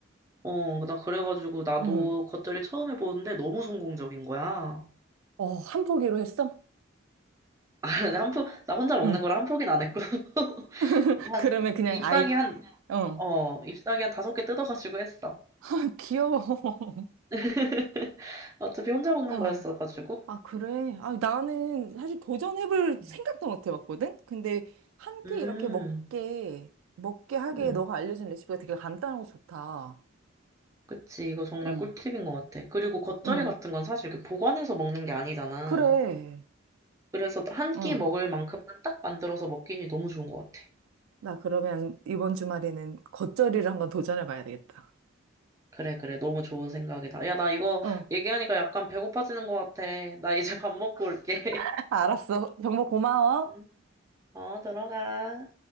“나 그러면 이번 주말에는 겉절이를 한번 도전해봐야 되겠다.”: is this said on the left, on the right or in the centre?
Right